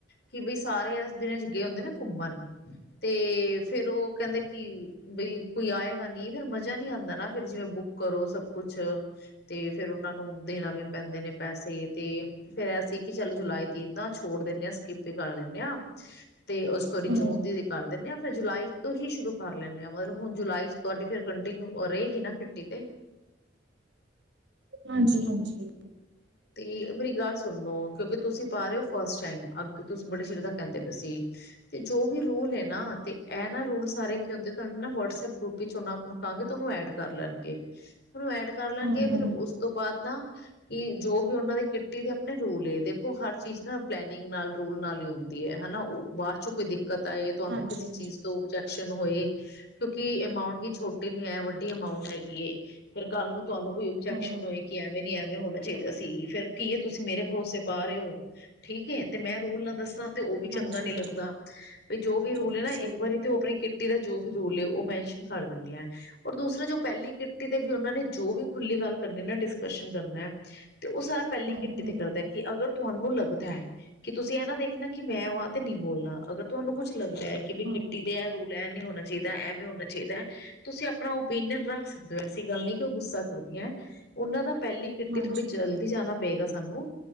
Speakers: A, on the left (about 60°); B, on the right (about 70°).
A: ਕਿ ਬਈ ਸਾਰੇ ਇਸ ਦਿਨ 'ਚ ਗਏ ਹੁੰਦੇ ਨੇ ਘੁੰਮਣ। ਤੇ ਫੇਰ ਉਹ ਕਹਿੰਦੇ ਕਿ ਬਈ ਕੋਈ ਆਏਗਾ ਨੀ ਫੇਰ ਮਜਾ ਨੀ ਆਂਦਾ ਨਾ ਫੇਰ ਜਿਵੇਂ ਬੁੱਕ ਕਰੋ ਸਭ ਕੁਛ। ਤੇ ਫੇਰ ਉਹਨਾਂ ਨੂੰ ਦੇਣਾ ਵੀ ਪੈਂਦੇ ਨੇ ਪੈਸੇ ਤੇ ਫੇਰ ਐਸੀਂ ਕਿ ਚੱਲ ਜੁਲਾਈ ਤੀਰ ਨਾ ਛੋੜ ਦਿੰਨੇ ਆ ਸਕਿੱਪ ਹੀ ਕਰ ਦਿੰਦੇ ਹਾਂ ਤੇ ਉਸ ਸੋਰੀ
B: ਹੂੰ,
A: ਜੂਨ ਦੀ ਕਰ ਦਿੰਨੇ ਆ ਫਿਰ ਜੁਲਾਈ ਤੋਂ ਹੀ ਸ਼ੁਰੂ ਕਰ ਲੈਂਨੇ ਆ ਮਤਲਬ ਹੁਣ ਜੁਲਾਈ 'ਚ ਤੁਹਾਡੀ ਫੇਰ ਕੰਟੀਨਿਊ ਰਹੇਗੀ ਨਾ ਕਿੱਟੀ ਤੇ।
B: ਹਾਂਜੀ-ਹਾਂਜੀ।
A: ਤੇ ਮੇਰੀ ਗੱਲ ਸੁਣੋ ਕਿਉਂਕਿ ਤੁਸੀਂ ਪਾ ਰਹੇ ਹੋ ਫਸਟ ਟਾਈਮ ਅਗ ਤੁਸੀਂ ਬੜੇ ਚਿਰ ਦਾ ਕਹਿੰਦੇ ਪਏ ਸੀ। ਤੇ ਜੋ ਵੀ ਰੂਲ ਏ ਨਾ ਤੇ ਐ ਨਾ ਰੂਲ ਸਾਰੇ ਕੀ ਹੁੰਦੇ ਤੁਹਾਨੂੰ ਨਾ ਵਟਸਐਪ ਗਰੁੱਪ ਵੀ ਚੁਣਾ ਆਪਾਂ ਨੂੰ ਕਾਂਗੇ ਤਾਂ ਉਹਨੂੰ ਐਡ ਕਰ ਲੈਣਗੇ ਉਹਨੂੰ ਐਡ ਕਰ ਲੈਣਗੇ
B: ਹੂੰ-ਹੂੰ,
A: ਫੇਰ ਉਸ ਤੋਂ ਬਾਅਦ ਨਾ ਕਿ ਜੋ ਵੀ ਉਹਨਾਂ ਦੇ ਕਿੱਟੀ ਦੇ ਆਪਣੇ ਰੂਲ ਏ ਦੇਖੋ ਹਰ ਚੀਜ਼ ਨਾ ਪਲੈਨਿੰਗ ਨਾਲ, ਰੂਲ ਨਾਲ ਹੀ ਹੁੰਦੀ ਏ ਹਨਾ। ਬਾਅਦ ਚੋਂ ਕੋਈ ਦਿੱਕਤ ਆਏ ਤੁਹਾਨੂੰ
B: ਹਾਂਜੀ-ਹਾਂਜੀ,
A: ਕਿਸੇ ਚੀਜ਼ ਤੋਂ ਔਬਜਿਕਸ਼ਨ ਹੋਏ, ਕਿਉਂਕਿ ਅਮਾਉਂਟ ਵੀ ਛੋਟੀ ਨੀ ਏ ਵੱਡੀ ਅਮਾਊਂਟ ਹੈਗੀ ਏ ਫਿਰ ਕੱਲ ਨੂੰ ਤੁਹਾਨੂੰ ਕੋਈ ਓਬਜੈਕਸ਼ਨ
B: ਹੂੰ,
A: ਹੋਏ ਕਿ ਐਵੇਂ ਨੀ ਐਵੇਂ ਹੋਣਾ ਚਾਹੀਦਾ ਸੀ ਫ਼ਿਰ ਕੀ ਹੈ ਤੁਸੀਂ ਮੇਰੇ ਭਰੋਸੇ ਪਾ ਰਹੇ ਓ, ਠੀਕ ਏ ਤੇ ਮੈਂ ਰੂਲ ਨਾ ਦੱਸਾਂ ਤੇ ਉਹ ਵੀ
B: ਹਾਂਜੀ-ਹਾਂਜੀ।
A: ਚੰਗਾ ਨੀ ਲੱਗਦਾ, ਵੀ ਜੋ ਵੀ ਰੂਲ
B: ਚਲੋ
A: ਏ ਨਾ
B: ਸਹੀ
A: ਇੱਕ ਵਾਰੀ
B: ਗੱਲ
A: ਤੇ
B: ਹੈ
A: ਉਹ ਆਪਣੀ ਕਿੱਟ ਟੀ ਦਾ ਜੋ ਵੀ ਰੋਲ ਉਹ ਮੈਨਸ਼ਨ ਕਰ ਦਿੰਦੀ ਆ। ਔਰ ਦੂਸਰਾ ਜੋ ਪਹਿਲੀ ਕਿੱਟੀ ਤੇ ਵੀ ਉਹਨਾਂ ਨੇ ਜੋ ਵੀ ਖੁੱਲ੍ਹੀ ਗੱਲ ਕਰਨੀ ਨਾ ਡਿਸਕਸ਼ਨ ਕਰਨਾ ਤੇ ਉਹ ਸਾਰਾ ਪਹਿਲੀ
B: ਹੂੰ-ਹੂੰ,
A: ਕਿੱਟੀ ਤੇ ਕਰਦਾ ਕਿ ਅਗਰ ਤੁਹਾਨੂੰ ਲੱਗਦਾ, ਕਿ ਤੁਸੀਂ ਇਹ ਨਾ ਦੇਖਣਾ ਕਿ ਮੈਂ ਵਹਾਂ ਤੇ ਨੀ ਬੋਲਣਾ ਅਗਰ ਤੁਹਾਨੂੰ ਕੁੱਛ ਲੱਗਦਾ ਕਿ ਬਈ
B: ਹੂੰ
A: ਕਿੱਟੀ ਦੇ ਐ ਰੂਲ ਐ ਨੀ ਹੋਣਾ ਚਾਹੀਦਾ ਐਵੇਂ ਹੋਣਾ ਚਾਹੀਦਾ ਹੈ ਤੁਸੀਂ ਆਪਣਾ ਓਪੀਨੀਅਨ ਰੱਖ ਸਕਦੇ ਹੋ ਐਸੀ ਗੱਲ ਨਹੀਂ ਕਿ ਉਹ ਗੁੱਸਾ। <unintelligible> ਉਹਨਾਂ ਦਾ ਪਹਿਲੀ। ਤੇ
B: ਹਾਂਜੀ
A: ਥੋੜ੍ਹੀ ਜਲਦੀ ਜਾਣਾ ਪਏਗਾ, ਸਾਨੂੰ